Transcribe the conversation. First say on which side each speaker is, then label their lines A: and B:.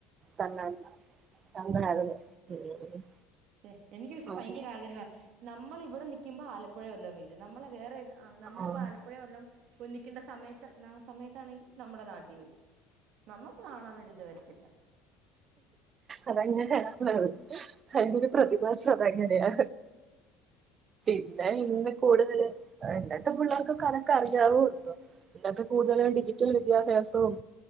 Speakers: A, on the right (about 40°); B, on the right (about 65°).
A: തന്നെ അന്നായിരുന്നു
B: ഉം
A: ഉം
B: ശെ എനിക്ക് പക്ഷെ
A: ആഹ്
B: ഭയങ്കര ആഗ്രഹാ നമ്മള് ഇവിടെ നിക്കുമ്പോ ആലപ്പുഴെ വല്ലോം വീഴും നമ്മളെ വേറെത് ആ നമ്മളിപ്പോ
A: ആഹ്
B: ആലപ്പുഴെ വല്ലോം പൊല്ലിക്കെണ്ട സമയത്ത് നാ സമയത്താണെങ്കി നമ്മടെ നാട്ടി വീഴും നമ്മക്ക് കാണാനൊര്ത് വരത്തില്ല
A: അതങ്ങനെയാണത് അയിന്റൊരു പ്രതിഭാസം അതങ്ങനെയാ പിന്നെ ഇന്ന്
B: ആഹ്
A: കൂടുതല് ഇന്നത്തെ പുള്ളേർക്കൊക്കെ അതൊക്കെ അറിയാവൊ എന്തോ ഇന്നത്തെ കൂടുതല് ഡിജിറ്റൽ വിദ്യാഭ്യാസവും